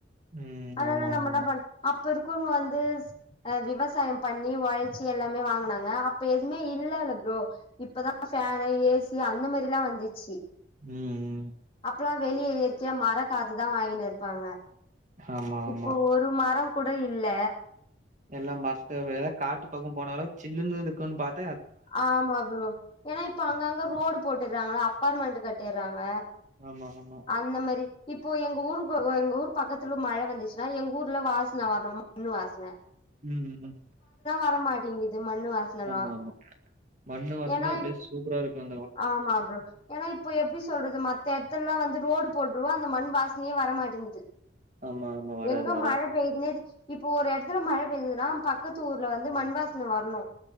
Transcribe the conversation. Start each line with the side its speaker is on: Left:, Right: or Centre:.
Right: ம்
Left: அதலாம்
Right: ஆமா
Left: நம்ம
Right: ஆமா
Left: என்ன இப்ப இருக்குவங்க வந்து உ விவசாயம் பண்ணி உழைச்சி எல்லாமே வாங்கனாங்க அப்ப எதுவுமே இல்லல்ல ப்ரோ இப்பதான் ஃபேனு ஏசி அந்த மேரி எல்லா வந்துச்சு
Right: ம்ம்
Left: அப்பல்லாம் வெளியே இயற்கையா மர காத்துதான் வாங்கினு இருப்பாங்க
Right: ஆமா
Left: இப்போ
Right: ஆமா
Left: ஒரு மரம் கூட இல்ல
Right: எல்லா மத்த எதா காட்டு பக்கம் போன அளவு சில்லுனு இருக்கு பாத்
Left: ஆமாகுரு ஏனாப் இப்ப அங்கங்க ரோடு போட்டுறாங்க அப்பார்ட்மெண்ட் கட்டிறாங்க
Right: ஆமா ஆமா
Left: அந்த மாரி இப்போ எங்க ஊருக்கு எங்க ஊர் பக்கத்துல மழை வந்துச்சுன்னா எங்க ஊர்ல வரணும் மண்ணு வாசனை
Right: உம்
Left: வரமாட்டேங்குது மண்ணு வாசனல்லா
Right: ஆமா ஆமா மண்ணு வாசம்தா
Left: ஏன்னா
Right: அப்படியே சூப்பரா இருக்கும்
Left: ஆமா ப்ரோ ஏன்னா இப்போ எப்படி சொல்றது மத்த இடத்துலல்லாம் வந்து ரோடு போட்டுறுவோம் அந்த மண் வாசனையே வர மாட்டேங்குது
Right: ஆமா ஆமா வராது
Left: எங்க
Right: வராது
Left: மழை பெய்துனே இப்போ ஒரு இடத்துல மழை பெய்ஞ்சுதுன்னா பக்கத்து ஊர்ல வந்து மண்வாசன வரணும்